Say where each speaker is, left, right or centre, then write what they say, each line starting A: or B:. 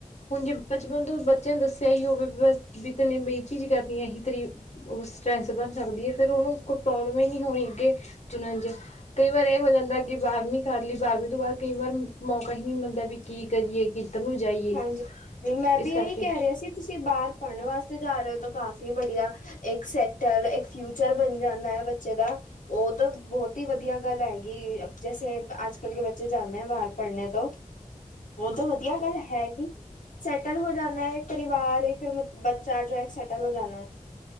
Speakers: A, on the left; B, on the left.
A: ਹੁਨ ਜੇ ਬਚਪਨ ਤੋਂ ਬੱਚੇਆਂ ਨੂੰ ਦੱਸਿਆ ਈ ਹੋਵੇ ਬਸ ਵੀ ਤੈਨੇ ਬਈ ਏਹ ਚੀਜ਼ ਕਰਨੀ ਔ ਐਹੀ ਤੇਰੀ ਓਹੋ ਸਟਰੈਸ ਬਨ ਸਕਦੀ ਐ ਫੇਰ ਓਨੂੰ ਕੋਈ ਪ੍ਰੋਬਲਮ ਈ ਨੀ ਹੋਨੀ ਅੱਗੇ ਚੁਨਨ ਚ। ਕਈ ਵਾਰ ਏ ਹੋ ਜਾਂਦਾ ਕਿ ਬਾਰ੍ਹਵੀਂ ਕਰ ਲੀ ਬਾਰ੍ਹਵੀਂ ਤੋਂ ਬਾਦ ਕਈ ਵਾਰ ਮੌਕਾ ਹੀ ਨਹੀ ਮਿਲਦਾ ਵੀ ਕੀ ਕਰੀਏ ਕਿਦਰ ਨੂੰ ਜਾਈਏ,
B: ਹਾਂਜੀ ਨਹੀਂ ਮੈਂ
A: ਇਸ
B: ਵੀ
A: ਕਰਕੇ
B: ਇਹੀ ਕਹਿ ਰਿਹਾ ਸੀ ਤੁਸੀਂ ਬਾਰ ਪੜ੍ਹਨ ਵਾਸਤੇ ਜਾਂ ਰਏਂ ਓਂ ਤਾਂ ਕਾਫ਼ੀ ਬੜੀਆ ਏਕ ਸੈਟਲ ਏਕ ਫਿਊਚਰ ਬਨ ਜਾਂਦਾਂ ਐ ਬੱਚੇ ਦਾ। ਓ ਤਾਂ ਬੋਤ ਈ ਵਧੀਆਂ ਗੱਲ਼ ਹੈਗੀ ਏਂ, ਜੈਸੇ ਅੱਜ ਕੱਲ੍ਹ ਕੇ ਬੱਚੇ ਜਾਂਦੇ ਆ ਬਾਰ ਪੜ੍ਹਨੇ ਤੋਂ।
A: <inaudible>
B: ਬਹੁਤ ਵਧੀਆਂ ਗੱਲ਼ ਹੈਂ। ਹੈਗੀ, ਸੈਟਲ ਹੋ ਜਾਣਾਂ ਹੈਂ ਇੱਕ ਵਾਰੀਂ ਬਾਹਰ, ਫ਼ਿਰ ਇੱਕ ਬੱਚਾ ਆ ਜਾਏ ਸੈਟਲ ਹੋ ਜਾਂਣਾ ਐਂ।